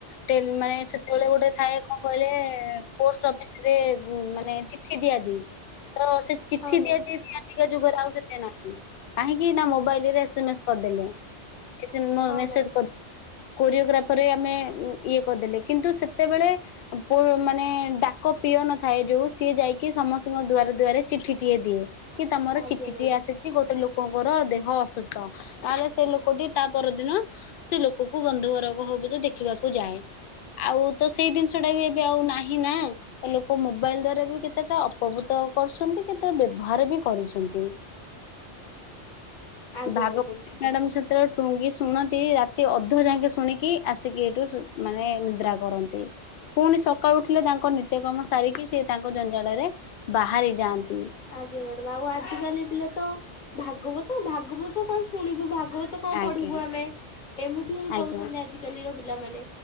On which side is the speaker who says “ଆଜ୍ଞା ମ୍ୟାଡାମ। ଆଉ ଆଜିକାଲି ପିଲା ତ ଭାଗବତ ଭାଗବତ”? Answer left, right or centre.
Left